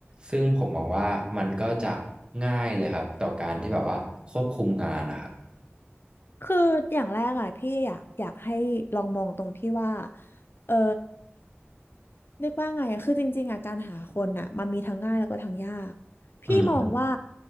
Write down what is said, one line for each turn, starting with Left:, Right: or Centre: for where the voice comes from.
Right: ซึ่งผมมองว่ามันก็จะง่ายเลยครับต่อการที่แบบว่าควบคุมงานนะครับ
Left: คืออย่างแรกอ่ะพี่อยากอยากให้ลองมองตรงที่ว่าเออเรียกว่าไงอะคือจริงๆอ่ะการหาคนอ่ะมันมีทั้งง่ายแล้วก็ทั้งยากพี่มองว่า
Right: อืม